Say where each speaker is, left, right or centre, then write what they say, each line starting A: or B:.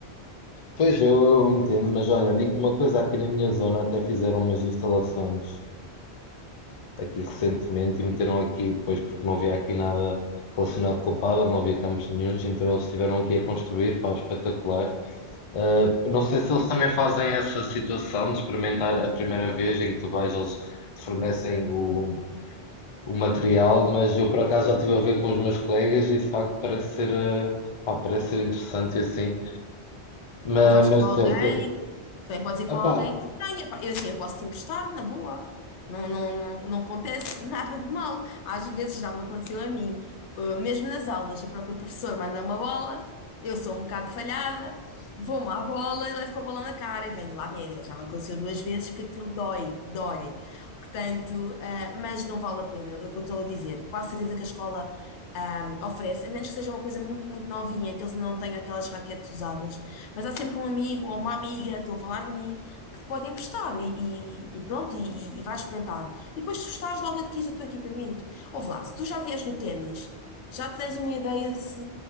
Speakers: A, on the left (about 60°); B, on the left (about 90°).
A: Pois eu, eu entendo, mas olha, digo-te uma coisa, aqui na minha zona até fizeram umas instalações aqui recentemente e meteram aqui, pois porque não havia aqui nada relacionado com o pádel, não havia campos nenhuns, então eles estiveram aqui a construir, pá, espetacular. Ah, não sei se eles também fazem essa situação de experimentar a primeira vez em que tu vais, eles te fornecem o, o material, mas eu por acaso já estive a ver com os meus colegas e de facto parece ser, ah, pá, parece ser interessante e assim, mas,
B: Ou vais
A: mas
B: com alguém,
A: de resto, é-
B: também podes ir com
A: Opá,
B: alguém que tenha. pá. Eu assim, eu posso te emprestar, na boa. Não, não, não, não acontece <laughs> nada de mal. Às vezes já me aconteceu a mim. Uh, mesmo nas aulas, o próprio professor manda uma bola, eu sou um bocado falhada, vou-me à bola e levo com a bola na cara e venho lá negra. Já me aconteceu duas vezes porque aquilo dói, dói. Portanto, ah, mas não vale a pena, é o que eu estou a dizer. Quase certeza que a escola, ah, oferece, a menos que seja uma coisa muito, muito novinha, que eles não tenham aquelas raquetes usadas. Mas há sempre um amigo ou uma amiga, estou a falar de mim, que te pode emprestar e, e- e pronto, e, e vais experimentar. E depois, se gostares, logo adquires o teu equipamento. Ouve lá, se tu já vies do ténis, já tens uma ideia de se,